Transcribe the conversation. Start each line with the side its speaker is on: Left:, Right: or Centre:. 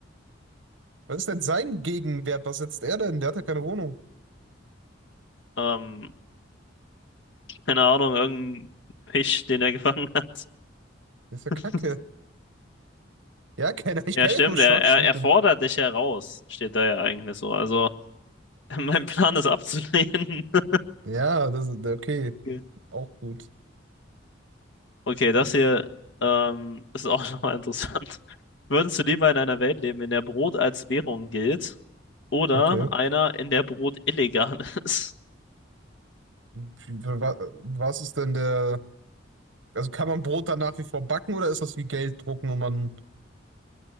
Right: Was ist denn sein Gegenwert? Was setzt er denn? Der hat ja keine Wohnung.
Left: ähm, keine Ahnung, irgendein Fisch, den er gefangen hat.
Right: Das ist ja Kacke.
Left: <laughs>
Right: Ja, keine, ich
Left: Ja,
Right: kann
Left: stimmt,
Right: ja nur Schach
Left: er, er,
Right: spielen.
Left: er fordert dich heraus, steht da ja eigentlich so. Also, <laughs> mein Plan ist abzulehnen. <laughs>
Right: Ja, das ist okay.
Left: Okay,
Right: Auch gut.
Left: Okay, das hier ähm, ist auch <laughs> nochmal interessant. Würdest du lieber in einer Welt leben, in der Brot als Währung gilt? Oder
Right: Okay.
Left: einer, in der Brot illegal <laughs> ist.
Right: Wie- wa- Was ist denn der. Also kann man Brot dann nach wie vor backen oder ist das wie Geld drucken und man